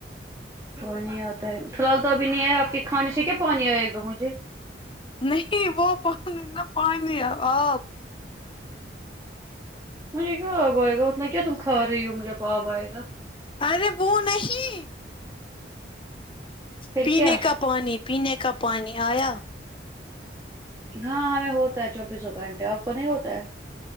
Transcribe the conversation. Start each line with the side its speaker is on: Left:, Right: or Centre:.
Right: پانی آتا ہے فی الحال تو ابھی نہیں ہے آپ کے کھانے سے کیا پانی آئے گا مجھے
Left: نہیں وہ پانی نا پانی آپ
Right: مجھے کیوں آب آئے گا اتنا کیا تم کھا رہی ہو مجھے آپ آئے گا
Left: ارے وہ نہیں
Right: پھر
Left: پینے
Right: کیا
Left: کا پانی پینے کا پانی آیا
Right: ہاں ہمیں ہوتا ہے چوبیسوں گھنٹے آپ کو نہیں ہوتا ہے